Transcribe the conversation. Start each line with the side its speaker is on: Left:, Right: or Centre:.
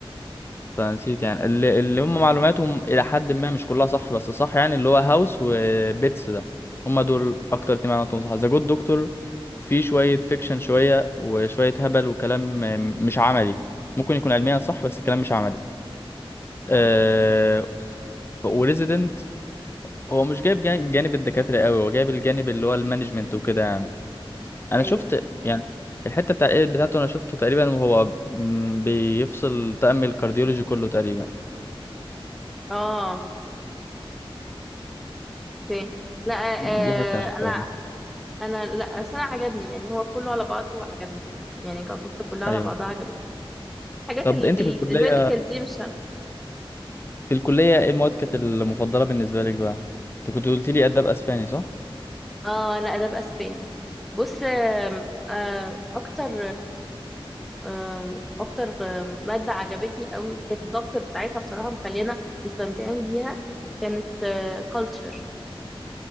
Left: فنسيت يعني اللي, اللي هم معلوماتهم الى حد ما مش كلها صح بس صح يعني اللي هو هاوس وبيتس ده هم دول اكتر اتنين معلوماتهم صح ذا جود دكتور في شويه فيكشن شويه وشويه هبل وكلام م- مش عملي ممكن يكون علميا صح بس الكلام مش عملي أه
Centre: آه.
Left: وريزيدنت هو مش جايب جان- جانب الدكاتره قوي هو جايب الجانب اللي هو المانجمنت وكده يعني انا
Centre: ايوه
Left: شفت يعني الحته بتاع الإيد بتاعته انا شفته تقريبا وهو م، بيفصل تأمل الكارديولوجي كله تقريبا
Centre: اه اوكي لا
Left: دي
Centre: آه
Left: حته انا شفتها
Centre: انا
Left: كده
Centre: انا لا بس انا عجبني يعني هو كله على بعضه عجبني يعني كقصه كلها على
Left: ايوه
Centre: بعضها عجبتني حاجات
Left: طب
Centre: ال
Left: انت
Centre: ال
Left: في الكليه
Centre: الميديكال دي مش ه-
Left: في الكليه ايه المواد كانت المفضله بالنسبه لك بقى انت كنت قلت لي اداب اسباني صح
Centre: اه انا اداب اسباني بص آم، آه اكتر آه، اكتر آه، ماده عجبتني قوي كانت الدكتور بتاعتها بصراحه مخلينا مستمتعين بيها كانت كلتشر